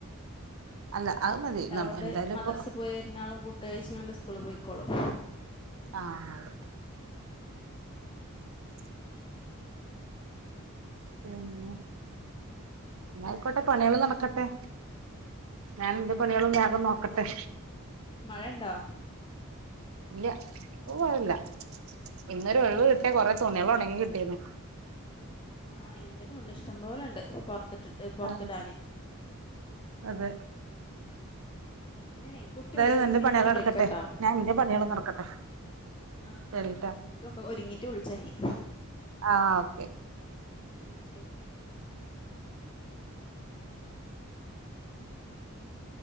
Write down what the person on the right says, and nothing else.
അല്ല അത് മതി
എന്തായാലും
ഇപ്പൊ
ആ ആ അതെ. ഉം. പിന്നെ ന്നാ
ആയിക്കോട്ടെ പണികള് നടക്കട്ടെ. ഞാൻ എന്റെ
പണികളും വേഗം
നോക്കട്ടെ.
ഇല്ല്യ പോവാറില്ല ഇന്നൊരു ഒഴിവ്
കിട്ടിയ കൊറെ തുണിക്കൾ ഒണങ്ങി കിട്ടിയാനി.
ആഹ് അതെ
എന്തായാലും
എന്റെ
പണികൾ
നടക്കട്ടെ
ഞാൻ എന്റെ പണികള് നടക്കട്ടെ
ശരിട്ടാ
ആ ഓക്കേ.